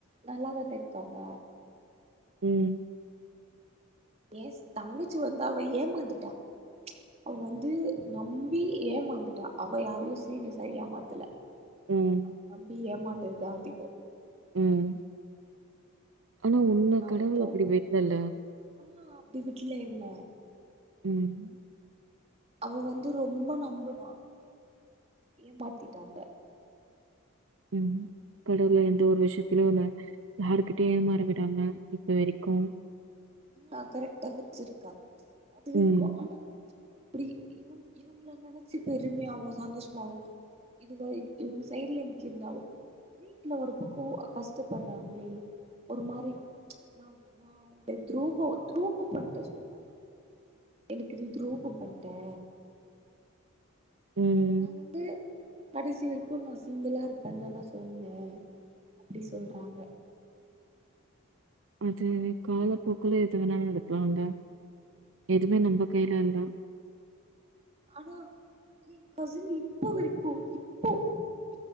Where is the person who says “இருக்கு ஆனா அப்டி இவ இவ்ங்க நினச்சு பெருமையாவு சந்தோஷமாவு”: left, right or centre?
Right